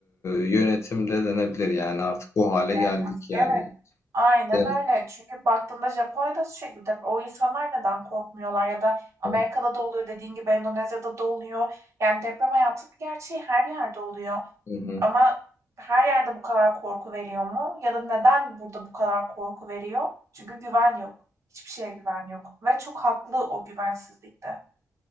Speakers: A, on the left; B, on the right.
A: yönetimde denebilir yani artık bu hale
B: Eee,
A: geldik yani.
B: evet, aynen
A: Evet.
B: öyle. Çünkü baktığında Japonya'da sürekli deprem O insanlar neden korkmuyorlar ya da Amerika'da
A: Hı
B: da oluyor, dediğin gibi Endonezya'da da oluyor. Yani deprem hayatın bir gerçeği, her yerde oluyor.
A: hı.
B: Ama her yerde bu kadar korku veriyor mu? Ya da neden burada bu kadar korku veriyor? Çünkü güven yok. Hiçbir şeye güven yok ve çok haklı o güvensizlikte.